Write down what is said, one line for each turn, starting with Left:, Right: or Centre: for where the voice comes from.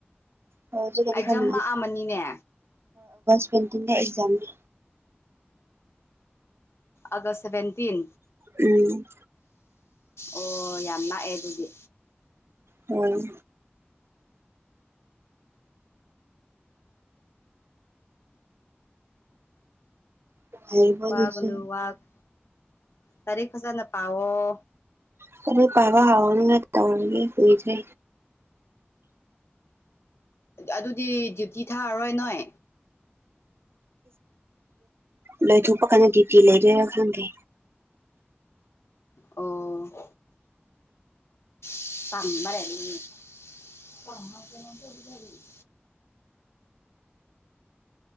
Right: ꯍꯣꯏ ꯍꯧꯖꯤꯛꯀꯗꯤ
Left: ꯑꯦꯛꯖꯥꯝ
Right: ꯈꯔ
Left: ꯅꯥꯛꯑꯝꯃꯅꯤꯅꯦ
Right: <unintelligible> ꯗꯥ ꯑꯦꯛꯖꯥꯝ ꯅꯦ
Left: ꯑꯥꯒꯁ ꯁꯚꯦꯟꯇꯤꯟ
Right: ꯎꯝ
Left: ꯑꯣ ꯌꯥꯝ ꯅꯥꯛꯑꯦ ꯑꯗꯨꯗꯤ
Right: ꯍꯣꯏ ꯅꯨꯡꯉꯥꯏꯔꯤꯕꯣ
Left: ꯋꯥꯒꯅꯨ
Right: ꯅꯪꯁꯨ
Left: ꯋꯥꯒ ꯂꯥꯔꯤꯛ ꯐꯖꯅ ꯄꯑꯣ
Right: <unintelligible> ꯄꯕ ꯍꯥꯥꯎꯅꯤꯅ ꯇꯧꯔꯤꯌꯦ ꯍꯧꯖꯤꯛꯁꯦ
Left: ꯑꯗꯨꯗꯤ ꯗ꯭ꯌꯨꯇꯤ ꯊꯥꯔꯔꯣꯏ ꯅꯣꯏ
Right: ꯂꯩꯊꯣꯛꯄ ꯀꯥꯟꯅꯗꯦ ꯇꯤ ꯂꯩꯒꯦꯔꯥ ꯈꯪꯗꯦ
Left: ꯑꯣ <unintelligible>